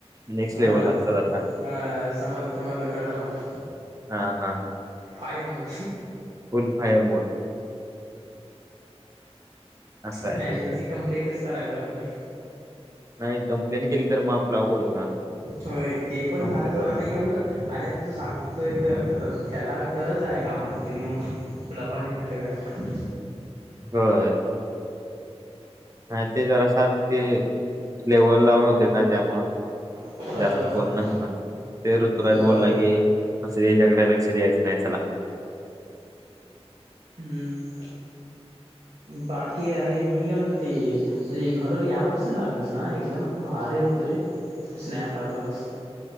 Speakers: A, on the right; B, on the right.
A: नेक्स्ट
B: ह
A: लेव्हलला असतात आता
B: ह समजला समजला कळल मला.
A: हा हा
B: फायर मोठ
A: फुल फायर मोड. असं आहे
B: मॅनेजरची
A: त्यांचं
B: कंप्लिटच करायला पाहिजे.
A: नाही कंप्लेंट केली तर मग, आपल अवघड होणार.
B: होय, ते पण
A: हॉस्पिटलवर
B: झालंच पण आता एवढं. अरे आता तू सांगतोय तर त्याला गरज आहे कामाची मग. लबा निल नाही त कर.
A: होय. हा ते जरा सात ते लेवल लावून होते ना त्यामुळ.
B: कर. अ
A: जास्त बोलण होणार ते ऋतुराज
B: अ
A: बोलला की असं याच्याकडे, लक्ष द्यायचं नाही चला.
B: हम्म बाकी अरे, मी काय म्हणतो ते. तुझ घर या वर्षीच बांधलंस ना एकदम भारी हुत रे स्नॅप टाकलातस.